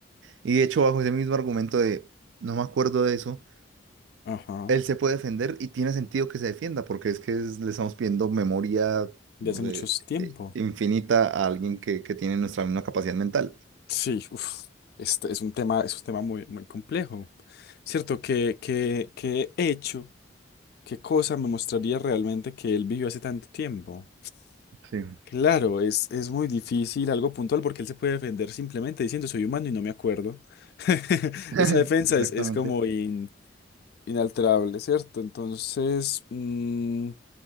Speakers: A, on the right; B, on the left.
A: Y de hecho, bajo ese mismo argumento de, no me acuerdo de eso,
B: ajá,
A: él se puede defender y tiene sentido que se defienda, porque es que es- le estamos pidiendo memoria,
B: ya
A: no
B: hace
A: sé,
B: mucho tiempo.
A: eh, infinita a alguien que, que tiene nuestra misma capacidad mental.
B: Sí, uf, este es un tema, es un tema muy, muy complejo, ¿cierto? ¿Qué, qué, qué hecho, qué cosa me mostraría realmente que él vivió hace tanto tiempo?
A: Sí.
B: Claro, es, es muy difícil algo puntual porque él se puede defender simplemente diciendo soy humano y no me acuerdo. <laughs>
A: <laughs>
B: Esa defensa
A: Exactamente.
B: es, es como in- inalterable, ¿cierto? Entonces, mm,